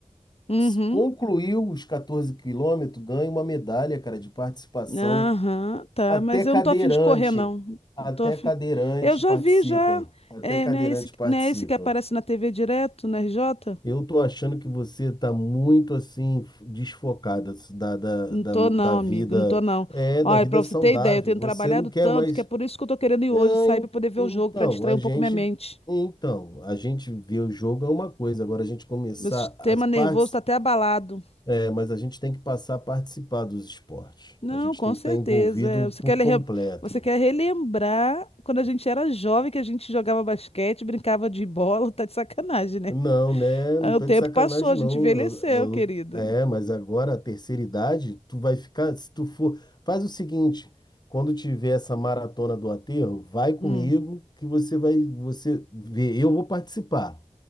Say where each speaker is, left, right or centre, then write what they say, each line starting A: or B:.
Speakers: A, on the left; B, on the left.
A: Uhum.
B: Se Concluiu os 14 quilômetros, ganha uma medalha, cara, de participação.
A: Aham, tá.
B: Até
A: Mas
B: cadeirante,
A: eu não tô afim de correr, não.
B: até
A: Não Tô afim.
B: cadeirante
A: Eu já
B: participa.
A: vi, já.
B: Até
A: É,
B: cadeirante
A: não é esse,
B: participa.
A: não é esse que aparece na TV direto, na R J?
B: Eu tô achando que você tá muito assim f- desfocada s- da, da,
A: Não
B: da,
A: tô não,
B: da vida,
A: amigo, não tô não.
B: é,
A: Olha,
B: da vida
A: pra você
B: saudável.
A: ter ideia, eu tenho
B: Você
A: trabalhado
B: não quer
A: tanto
B: mais.
A: que é por isso que eu tô querendo ir
B: É,
A: hoje sair
B: en-
A: pra poder ver
B: então,
A: o jogo, pra distrair
B: a
A: um
B: gente,
A: pouco minha mente.
B: então, a gente vê o jogo é uma coisa. Agora a gente começar
A: Meu sistema
B: as partes,
A: nervoso tá até abalado.
B: é, mas a gente tem que passar a participar dos esportes.
A: Não,
B: A gente
A: com
B: tem
A: certeza.
B: que estar envolvido
A: é, Você
B: por
A: quer, lem-
B: completo.
A: você quer relembrar quando a gente era jovem que a gente jogava basquete, brincava de bola, <laughs> tá de sacanagem, né?
B: Não, né?
A: Ah,
B: Não tô
A: O tempo
B: de sacanagem,
A: passou, a gente
B: não.
A: envelheceu,
B: Eu,
A: querida.
B: eu- é, mas agora a terceira idade, tu vai ficar. Se tu for. Faz o seguinte: quando tiver essa maratona do aterro, vai comigo
A: Hum,
B: que você vai. Você vê. Eu vou participar.